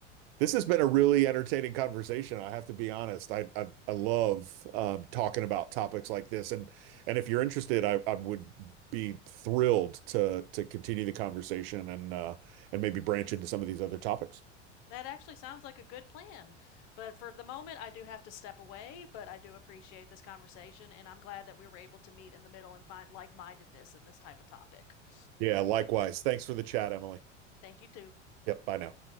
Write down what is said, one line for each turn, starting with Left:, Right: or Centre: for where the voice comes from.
Right: This has been a really entertaining conversation. I have to be honest. I I, I love um, talking about topics like this, and and if you're interested, I, I would be thrilled to to continue the conversation and uh, and maybe branch into some of these other topics.
Left: that actually sounds like a good plan. But for the moment, I do have to step away, but I do appreciate this conversation, and I'm glad that we were able to meet in the middle and find like mindedness in this type of topic. <laughs>
Right: Yeah, likewise. Thanks for the chat, Emily.
Left: Thank you, too.
Right: Yep. Bye now.